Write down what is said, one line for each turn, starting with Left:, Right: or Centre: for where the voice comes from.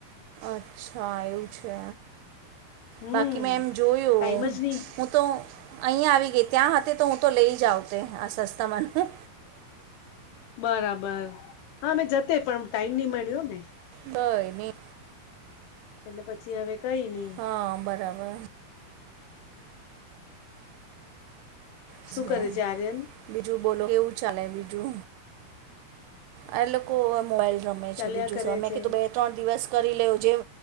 Right: અચ્છા એવું છે
Left: હમ
Right: બાકી મેં એમ જોયું
Left: ટાઈમ
Right: હું
Left: જ નહી
Right: હું તો અહીંયા આવી ગઈ ત્યાં હતી તો હું તો લઈ જાઉ તે આ સસ્તામાંનું
Left: બરાબર હા મે જતે પણ ટાઈમ નહી મળ્યો ને
Right: કઈ ની
Left: એટલે પછી હવે કઈ નઈ
Right: હા બરાબર હ
Left: શું
Right: ના
Left: કરે છે આર્યન
Right: <unintelligible> બીજું બોલો કેવું ચાલે બીજું આ લોકો <unintelligible> મોબાઈલ રમે
Left: ચાલ્યા
Right: છે બીજું
Left: કરે
Right: શ મેં
Left: છે
Right: કધું બે ત્રણ દિવસ કરી લેવ જેવ